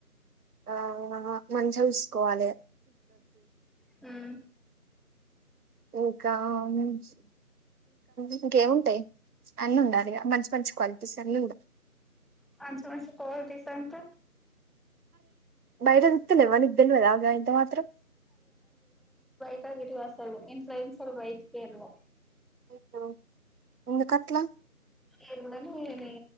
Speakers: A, on the right; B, in the centre.
A: ఆ మంచిగ జూసుకోవాలె
B: హ్మ్
A: ఇంకా నుంచ్ ఇంకేముంటయి అన్నుండాలిగ మంచి మంచి క్వాలిటీస్ అన్నుమ్డా
B: మంచి మంచి క్వాలిటీస్ అంటె
A: బయట జూత్తె తేల్వ నీక్ తెల్వదా గాఇంత మాత్రం
B: యూ ట్యూబ్ అస్సలు ఇంట్ల నుంచి బైటికెల్ల
A: అయ్యో ఎందుకట్ల?
B: ఎల్లనేనిగ